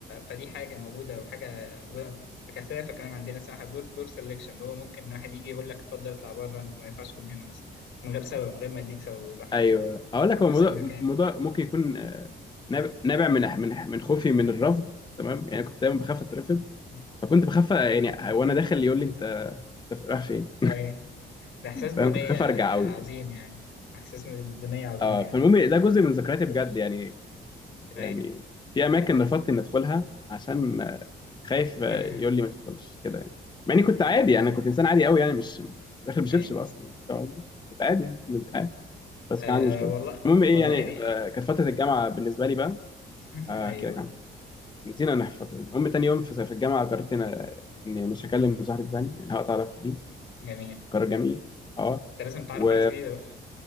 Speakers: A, on the left; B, on the left.
A: فدي حاجة موجودة وحاجة موجودة بكثافة كمان عندنا اسمها دور دور سelection اللي هو ممكن واحد يجي يقول لك اتفضل اطلع بره أنت ما ينفعش تكون هنا مثلا من غير سبب من غير ما يديك سبب ويبقى حقه
B: ايوه هقول لك
A: فرص
B: هو الموضوع
A: المكان
B: الموضوع ممكن يكون آه، ناب- نابع من من من خوفي من الرفض تمام يعني كنت دايما بخاف اترفض
A: <laughs>
B: فكنت بخاف آه، يعني وانا داخل يقول لي انت انت رايح فين
A: أي ده إحساس دونية
B: فاهم كنت خايف ارجع قوي
A: عظيم
B: يعني
A: يعني إحساس من الدونية عظيم
B: اه
A: يعني
B: فالمهم
A: ما
B: ده جزء من ذكرياتي
A: ليش
B: بجد يعني يعني
A: أي
B: في اماكن رفضت اني ادخلها عشان آه، خايف آه،
A: <laughs>
B: يقول لي ما تدخلش كده يعني مع اني كنت عادي يعني انا كنت انسان عادي قوي يعني مش مش داخل بشبشب
A: أي
B: اصلا يعني فاهم قصدي؟ كنت عادي يعني مد- عادي بس
A: أه
B: كان عندي مشكله
A: والله
B: المهم ايه
A: والله
B: يعني
A: دي
B: ف- كانت فتره الجامعه بالنسبه لي بقى
A: <laughs>
B: آه،
A: أيوه
B: احكي لك عنها نسينا ان في فتره الجامعة. المهم تاني يوم في في الجامعه قررت إن- اني مش هكلم صاحبي ده تاني يعني هقطع علاقتي بيه
A: جميل أنت
B: قرار جميل اه
A: لازم تعرف
B: و...
A: على ناس جديدة بقى